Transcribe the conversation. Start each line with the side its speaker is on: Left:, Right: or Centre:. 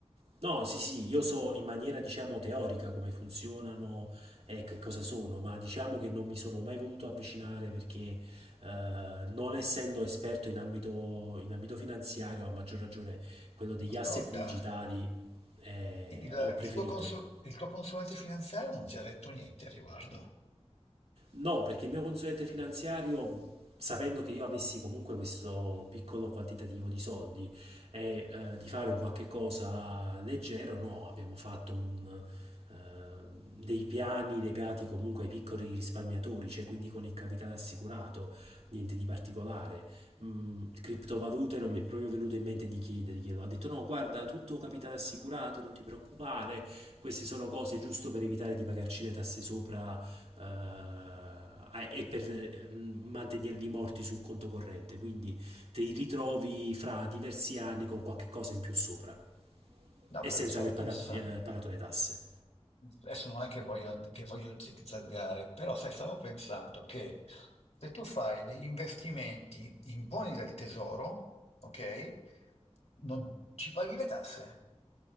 Right: No, sì, sì, sì, io so in maniera diciamo teorica come funzionano e che cosa sono, ma diciamo che non mi sono mai voluto avvicinare perché eh, non essendo esperto in ambito, in ambito finanziario, a maggior ragione quello degli
Left: Ascolta,
Right: asset digitali, eh,
Left: il,
Right: ho preferito.
Left: il tuo consul- il tuo consulente finanziario non ti ha detto niente a riguardo?
Right: No, perché il mio consulente finanziario, sapendo che io avessi comunque questo piccolo quantitativo di soldi e eh, di fare un qualche cosa leggero, no, abbiamo fatto un, eh, dei piani legati comunque ai piccoli risparmiatori, cioè quindi con il capitale assicurato, niente di particolare. Mm, criptovalute non mi è proprio venuto in mente di chiederglielo. Ha detto no, guarda, tutto capitale assicurato, non ti preoccupare, queste sono cose giusto per evitare di pagarci le tasse sopra eh, e per ehm, mantenere dei morti sul conto corrente, quindi ti ritrovi fra diversi anni con qualche cosa in più sopra
Left: No,
Right: e
Left: perché
Right: senza
Left: stavo
Right: aver
Left: pensando...
Right: pagato, eh, pagato le tasse.
Left: Adesso non è che voglio, che voglio zigzaggare, però sai, stavo pensando che se tu fai degli investimenti in buoni del tesoro, ok, non ci paghi le tasse